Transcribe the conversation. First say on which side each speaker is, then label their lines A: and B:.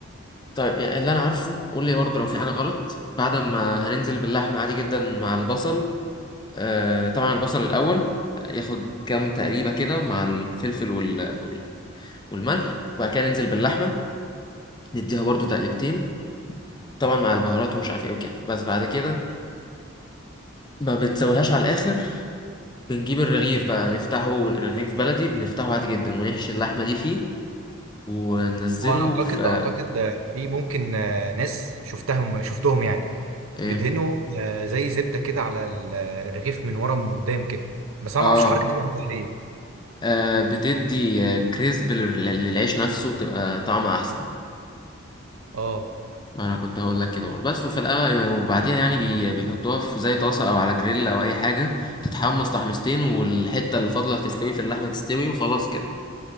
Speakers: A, on the left; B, on the right.
A: طيب يعني اللي انا عارفه قول لي برضه لو في حاجه غلط بعد ما هننزل باللحمه عادي جدا مع البصل آه طبعا البصل الاول ياخد كام تقريبه كده مع الفلفل وال... وال- والملح وبعد كده ننزل باللحمه نديها برضه تقلبتين طبعا مع البهارات ومش عارف ايه وكده بس بعد كده ما بنسويهاش على الاخر بنجيب الرغيف بقى نفتحه رغيف بلدي بنفتحه عادي جدا ونحشي اللحمه دي فيه وننزله
B: وانا اعتقد
A: في
B: اعتقد في ممكن آه، ناس شفتهم شفتهم يعني
A: ايه
B: بيدهنوا آه، زي زبده كده على ال- آه، الرغيف من ورا من قدام كده بس انا
A: اه
B: ما اعرفش الحركه دي بيعملوها ليه
A: آه، بتدي آه، كريسب لل- للعيش نفسه بتبقى طعمه احسن
B: اه
A: ما انا كنت هقول لك كده برضه. بس وفي الاول وبعديها يعني بي- بيحطوها في زي طاسه او على جريل او اي حاجه تتحمص تحميصتين والحته اللي فاضله تستوي في اللحمه تستوي وخلاص كده